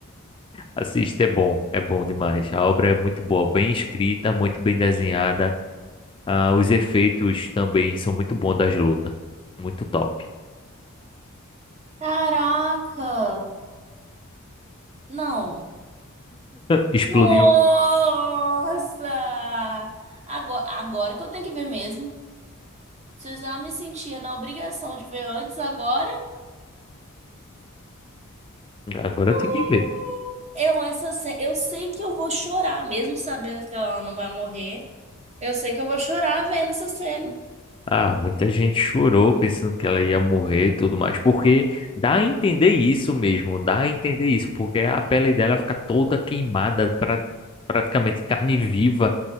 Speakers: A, on the left; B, on the right.
A: Assista, é bom, é bom demais. A obra é muito boa, bem escrita, muito bem desenhada. Ah, os efeitos também são muito bons das lutas. Muito top.
B: Caraca. Não.
A: Explodiu.
B: Nossa! Agora, agora que eu tenho que ver mesmo. Se eu já me sentia na obrigação de ver antes, agora.
A: Agora
B: uh,
A: tem que ver.
B: Eu, essa, ce- eu sei que eu vou chorar, mesmo sabendo que ela não vai morrer. Eu sei que eu vou chorar vendo essa cena.
A: Ah, muita gente chorou pensando que ela ia morrer e tudo mais, porque dá a entender isso mesmo, dá a entender isso, porque a pele dela fica toda queimada, pra, praticamente carne viva,